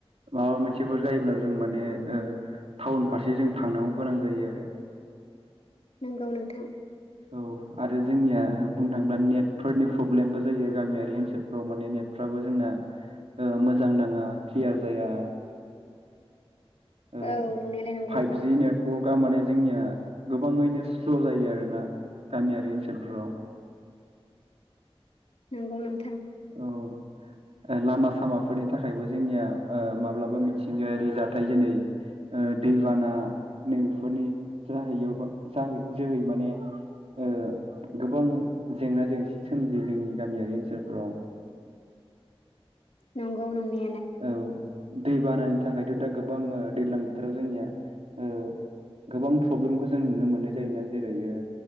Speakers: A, on the right; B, on the left.
A: माबा मोनसेफोर जायोब्ला जों माने ओ टाउन फारसे जों थांनांगौ गोनां जायो आरो
B: नोंगौ नोंथां।
A: औ आरो जोंनिया बुंनो थाङोब्ला नेटफोरनि प्रब्लेमबो जायो गामियारि ओनसोलफोराव माने नेट फ्राबो जोंना ओ मोजां नाङा क्लियार जाया ओ
B: औ नंनायालाय नंगौ
A: फाइभजि नेट वर्कआ माने जोंनिया गोबाङैनो स्ल' जायो आरोना गामियारि ओनसोलफ्राव
B: नंगौ नों
A: औ ओ लामा सामाफोरनि थाखायबो जोंनिया ओ माब्लाब मिथिंगायारि जाथाय जेनै ओ दैबाना नैफोरनि <unintelligible> जाहै जोहै माने ओ गोबां जेंना जेंसि सोमजियो जोंनि गामियारि ओनसोलफोराव
B: नंगौ नंनाया
A: औ दैबानानि थाखायथ' दा गोबां ओ दैलां बोथोराव जोंनिया ओ गोबां प्रब्लेमखौ जों नुनो मोननाय जायोना जेरै ओ